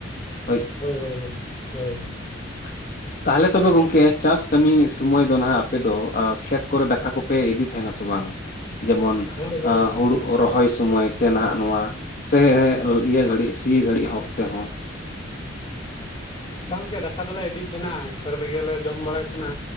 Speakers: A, on the left; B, on the left.
A: <inaudible>
B: ᱦᱳᱭ ᱦᱳᱭ ᱦᱳᱭ ᱦᱳᱭ
A: <inaudible> ᱛᱟᱦᱚᱞᱮ ᱛᱚᱵᱮ ᱜᱚᱝᱠᱮ ᱪᱟᱥ ᱠᱟᱹᱢᱤ ᱥᱩᱢᱚᱭ ᱫᱚ ᱱᱟᱦᱟᱜ ᱟᱯᱮ ᱫᱚ ᱠᱷᱮᱛ ᱠᱚᱨᱮ ᱫᱟᱠᱟ ᱠᱚ ᱯᱮ ᱤᱫᱤ ᱛᱟᱦᱮᱱᱟ ᱥᱮ ᱵᱟᱝ ᱡᱮᱢᱚᱱ
B: ᱦᱳᱭ ᱦᱳᱭ ᱜᱚᱝᱠᱮ
A: ᱦᱩᱲᱩ ᱨᱚᱦᱚᱭ ᱥᱚᱢᱚᱭ ᱛᱮ ᱱᱟᱦᱟᱜ ᱱᱚᱣᱟ ᱥᱮ ᱤᱭᱟᱹ ᱜᱷᱟᱹᱲᱤᱡ ᱥᱤ ᱜᱷᱟᱹᱲᱤᱡ ᱚᱠᱛᱮ ᱦᱚᱸ
B: ᱜᱚᱝᱠᱮ ᱫᱟᱠᱟ ᱫᱚᱞᱮ ᱤᱫᱤᱭ ᱛᱟᱦᱮᱱᱟ ᱠᱷᱮᱛ ᱨᱮᱜᱮᱞᱮ ᱡᱚᱢ ᱵᱟᱲᱟᱭ ᱛᱟᱦᱮᱱᱟ